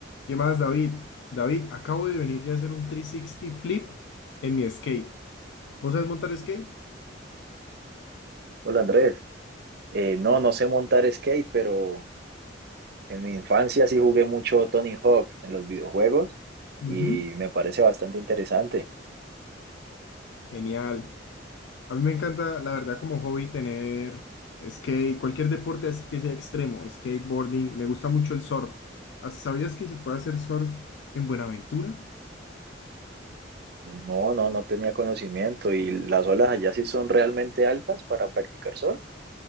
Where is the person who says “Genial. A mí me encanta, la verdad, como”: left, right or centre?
Left